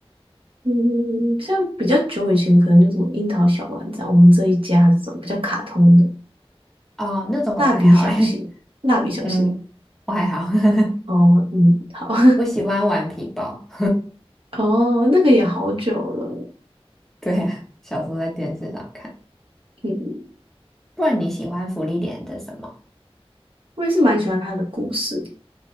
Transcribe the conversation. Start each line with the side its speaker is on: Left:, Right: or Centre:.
Right: 嗯，像比较久以前可能就什么樱桃小丸子啊，我们这一家这种比较卡通的，
Centre: 哦，那种我还好哎，
Right: 蜡笔小新，蜡笔小新。
Centre: <laughs> 嗯，我还好，<laughs>
Right: 哦，嗯，好，
Centre: 我喜欢玩皮包，
Right: <laughs> 哦，那个也好久了，
Centre: <laughs> 对啊，小时候在电视上看。
Right: 嗯，
Centre: 不然你喜欢福利点的什么？
Right: 我也是蛮喜欢他的故事。